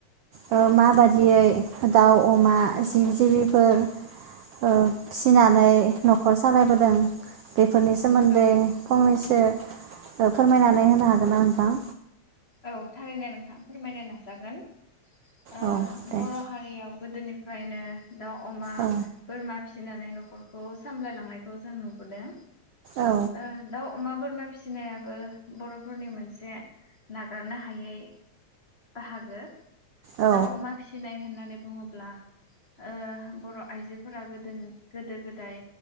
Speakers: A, on the right; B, on the left.
A: ओ
B: औ
A: माबादियै दाउ अमा जि-जिबिफोर ओ फिनानै नखर सालायबोदों। बेफोरनि सोमोन्दै
B: औ
A: फंनैसो सो ओ फोरमायनानै होनो हागोनना नोंथां
B: औ थारैनो नोंथां फोरमायनो नाजागोन ओ
A: औ दे
B: बर' हारियाव गोदोनिफ्रायनो दाउ अमा
A: औ
B: बोरमा फिसिनानै न खरखौ सामलायलांनायखौ जों नुबोदों।
A: औ
B: ओ दाउ अमा बोर मा फिसिनायाबो बर'फोरनि मोनसे नागारनो हायै बाहागो।
A: औ
B: दाउ अमा फिसिनाय होननानै बुङोब्ला ओ बर' आइजोफोरा गोदोन गोदो-गोदाय